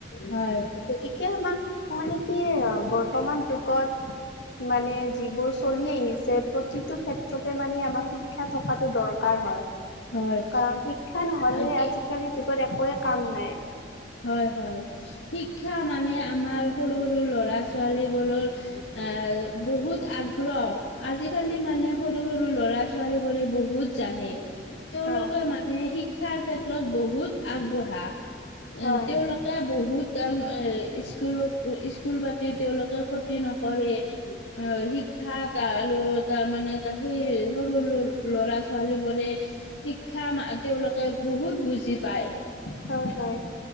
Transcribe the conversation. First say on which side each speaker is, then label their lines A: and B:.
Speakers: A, on the left; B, on the left.
A: হয়।
B: গতিকে আমাক মানে কি বৰ্তমান যুগত মানে যিবোৰ- চলি আহিছে প্ৰতিটো ক্ষেত্ৰতে মানে আমাক শিক্ষা থকাতটো দৰকাৰ হয়।
A: হয়
B: কাৰণ শিক্ষা নহলে
A: শি-
B: আজিকালি যুগত একোৱে কাম নাই।
A: হয়, হয়। শিক্ষা মানে আমাৰ সৰু সৰু লৰা ছোৱালী বোৰৰ- আ বহুত আগ্ৰহ। আজিকালি মানে সৰু সৰু ল'ৰা ছোৱালী বোৰে বহুত জানে। তেওঁলোকে
B: হয়,
A: মানে শিক্ষাৰ ক্ষেত্ৰত বহুত আগবঢ়া। এ
B: হয়,
A: তেওঁলোকে বহুত এ স্কুল স্কুল পাতি তেওঁলোকে- ক্ষতি নকৰে। অঁ, শিক্ষা তাৰ আৰু তাৰ মানে ত সেই সৰু সৰু- ল'ৰা ছোৱালী বোৰে শিক্ষা তেওঁলোকে বহুত বুজি পায়।
B: হয়, হয়।